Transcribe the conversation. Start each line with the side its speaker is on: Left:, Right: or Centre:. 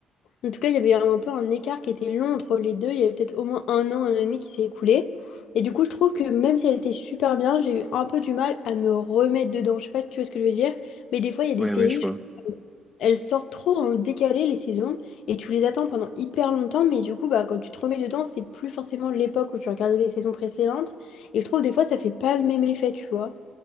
Left: En tout cas, il y avait un peu un écart qui était long entre les deux. Il y avait peut-être au moins un an, un an et demi qui s'est écoulé. Et du coup, je trouve que même si elle était super bien, j'ai eu un peu du mal à me remettre dedans. Je sais pas si tu vois ce que je veux dire, mais des fois, il y a des
Centre: Ouais,
Left: séries,
Centre: ouais, je vois.
Left: je trouve, elles sortent trop en décalé les saisons et tu les attends pendant hyper longtemps. Mais du coup, bah, quand tu te remets dedans, c'est plus forcément l'époque où tu regardais les saisons précédentes. Et je trouve des fois, ça fait pas le même effet, tu vois.